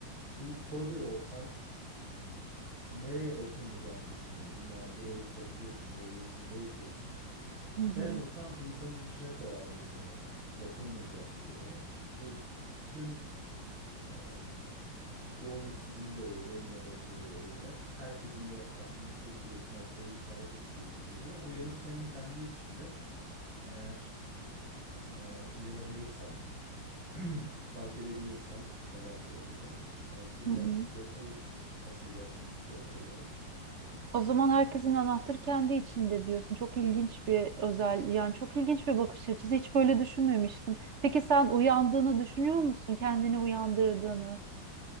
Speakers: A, on the right; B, on the right.
A: bir coder olsan nereye bakılmayacağını düşünürdün. Yani burayı kodluyorsun, burayı simüle ediyorsun.
B: Hı
A: Ben
B: hı.
A: olsam insanın içine koyardım bunu. Bakılmayacak bir yere. Bu tüm e, doğum işsizliği de öyle, yine batıda da öyle. Herkesin de aslında tek bir noktayı işaret ettiği söyleniyor. Uyanış senin kendi içinde. Eğer e, uyanabilirsen <clears throat> <laughs> fark edebilirsen neler döndüğünü belki
B: Hı
A: gerçekliğe
B: hı.
A: kavuşur. Asıl gerçeklik oradadır belki de.
B: O zaman herkesin anahtarı kendi içinde diyorsun. Çok ilginç bir özel, yani çok ilginç bir bakış açısı. Hiç böyle düşünmemiştim. Peki sen uyandığını düşünüyor musun? Kendini uyandırdığını?